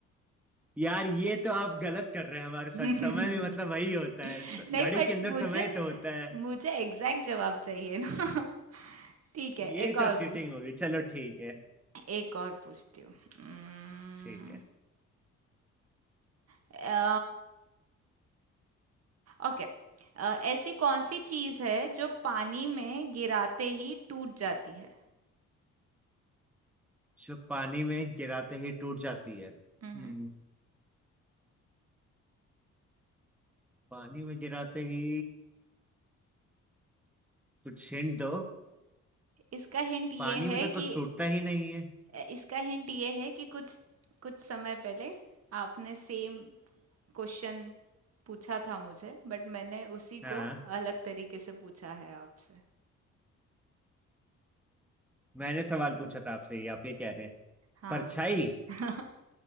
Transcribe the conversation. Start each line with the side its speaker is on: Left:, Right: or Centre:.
Centre: यार ये तो आप गलत कर रहे हैं हमारे साथ
Right: <laughs>
Centre: समय भी मतलब वही होता है
Right: नहीं
Centre: स- घड़ी
Right: बट
Centre: के अंदर
Right: मुझे
Centre: समय तो होता है
Right: मुझे एग्जैक्ट जवाब चाहिए ना <laughs> ठीक है
Centre: ये
Right: एक
Centre: तो
Right: और
Centre: चीटिंग
Right: पूछ
Centre: होगी चलो ठीक है
Right: एक और पूछती हूँ हम्म,
Centre: ठीक है
Right: अ, ओके अ, ऐसी कौन सी चीज है जो पानी में गिराते ही टूट जाती है
Centre: जो पानी में गिराते ही टूट जाती है हम्म
Right: हम्म
Centre: पानी में गिराते ही कुछ हिंट दो
Right: इसका हिंट ये
Centre: पानी
Right: है
Centre: में तो कुछ
Right: कि
Centre: टूटता ही नहीं है
Right: अ, इसका हिंट ये है कि कुछ कुछ समय पहले आपने सेम क्वेश्चन पूछा था मुझे बट मैंने उसी
Centre: हाँ
Right: को अलग तरीके से पूछा है आपसे
Centre: मैंने सवाल पूछा था आपसे ये आप ये कह रहे हैं
Right: हाँ
Centre: परछाई
Right: <laughs>